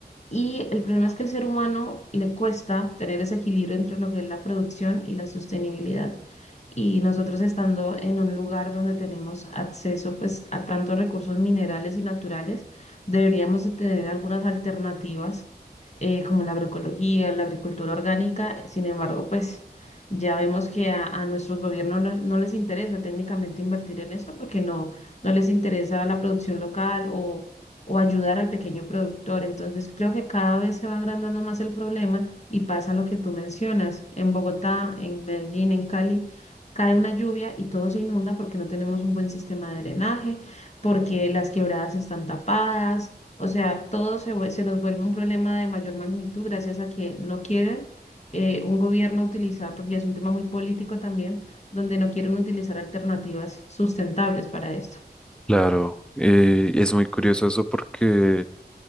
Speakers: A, on the left; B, in the centre.
A: Y el problema es que al ser humano le cuesta tener ese equilibrio entre lo que es la producción y la sostenibilidad. Y nosotros estando en un lugar donde tenemos acceso pues, a tantos recursos minerales y naturales, deberíamos de tener algunas alternativas eh, como la agroecología, la agricultura orgánica. Sin embargo, pues ya vemos que a, a nuestros gobiernos no, no les interesa técnicamente invertir en esto porque no, no les interesa la producción local o o ayudar al pequeño productor. Entonces, creo que cada vez se va agrandando más el problema y pasa lo que tú mencionas. En Bogotá, en Medellín, en Cali, cae una lluvia y todo se inunda porque no tenemos un buen sistema de drenaje, porque las quebradas están tapadas. O sea, todo se, vue- se nos vuelve un problema de mayor magnitud gracias a que no quieren eh, un gobierno utilizar, porque es un tema muy político también, donde no quieren utilizar alternativas sustentables para esto.
B: Claro, eh, es muy curioso eso porque